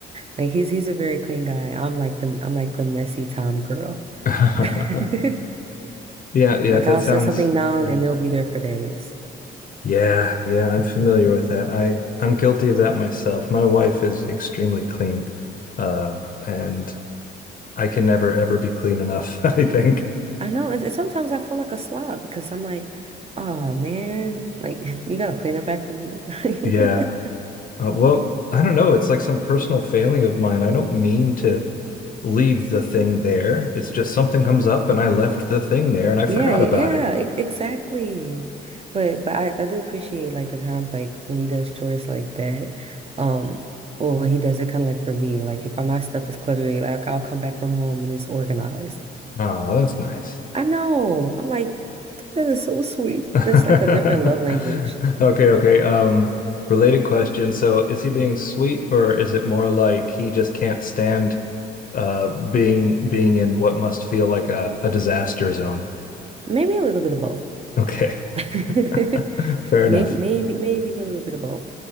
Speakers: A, on the right (about 30°); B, on the left (about 45°).
A: Like he's he's a very clean guy. I'm like the I'm like the messy Tom girl.
B: <laughs>
A: <laughs>
B: Yeah, yeah,
A: Like
B: that
A: I'll
B: sounds
A: set something down
B: yeah.
A: and it'll be there for days.
B: Yeah, yeah, I'm familiar with that. I I'm guilty of that myself. My wife is extremely clean, uh, and I can never ever be clean enough, <laughs> I think.
A: I know. And sometimes I feel like a slob because I'm like, oh man, like <laughs> you gotta clean up after me. <laughs>
B: Yeah. Uh, well, I don't know. It's like some personal failing of mine. I don't mean to leave the thing there. It's just something comes up and I left the thing there and I forgot
A: Yeah, yeah,
B: about it.
A: ex exactly. But but I, I do appreciate like the times like when he does chores like that. Um or when he does it kind of like for me, like if my stuff is cluttery, like I'll come back from home and it's organized.
B: Oh, that's nice.
A: I know. I'm like, that is so sweet.
B: <laughs>
A: That's like a different love language.
B: Okay, okay. Um, related question. So is he being sweet or is it more like he just can't stand uh being being in what must feel like a, a disaster zone?
A: Maybe a little bit of both.
B: Okay.
A: <laughs>
B: <laughs> Fair enough.
A: Maybe maybe maybe a little bit of both.